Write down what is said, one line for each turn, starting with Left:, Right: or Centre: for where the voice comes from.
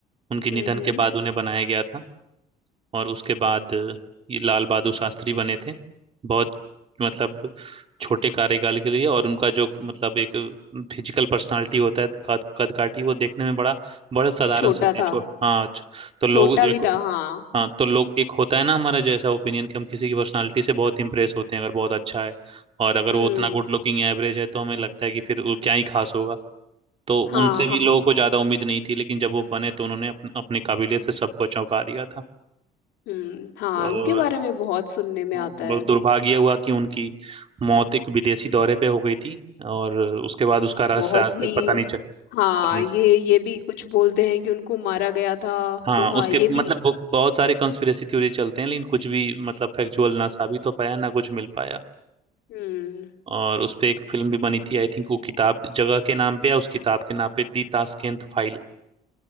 Right: उनके निधन
Left: हम्म हम्म
Right: के बाद उन्हें बनाया गया था और उसके बाद ये लाल बहादुर शास्त्री बने थे बहुत मतलब छोटे कार्यकाल के लिए और उनका जो मतलब एक फिजिकल पर्सनालिटी होता है कद कदकाठी वो देखने में बड़ा बड़े साधारण
Left: छोटा
Right: से थे
Left: था
Right: छो- हाँ छ- तो लोग
Left: छोटा
Right: देखो
Left: भी था हाँ
Right: हाँ तो लोग एक होता है ना हमारा जैसा ओपिनियन कि हम किसी की पर्सनालिटी से बहुत इंप्रेस होते हैं अगर बहुत अच्छा है और अगर
Left: हम्म
Right: वो उतना गुड लुकिंग एवरेज है तो हमें लगता है कि फिर वो क्या ही खास होगा तो
Left: हाँ
Right: उनसे
Left: हाँ
Right: भी लोगों को ज्यादा उम्मीद नहीं थी लेकिन जब वो बने तो उन्होंने अपन- अपनी काबिलियत से सबको चौंका दिया था
Left: हम्म हाँ
Right: और
Left: उनके बारे में बहुत सुनने में
Right: बस
Left: आता है
Right: दुर्भाग्य हुआ कि उनकी मौत एक विदेशी दौरे पे हो गई थी और उसके बाद उसका रहस्य
Left: बहुत
Right: आज
Left: ही
Right: तक पता नहीं चल
Left: हाँ
Right: पता नहीं
Left: ये
Right: चल-
Left: ये भी कुछ बोलते हैं कि उनको मारा गया था
Right: हाँ
Left: तो हाँ
Right: उसके
Left: ये भी
Right: मतलब ब- बहुत सारे कंस्पिरेसी थ्योरी चलते हैं लेकिन कुछ भी मतलब फैक्चुअल ना साबित हो पाया ना कुछ मिल पाया
Left: हम्म
Right: और उस पे एक फिल्म भी बनी थी आई थिंक वो किताब जगह के नाम पे या उस किताब के नाम पे दी ताशकंद फाइल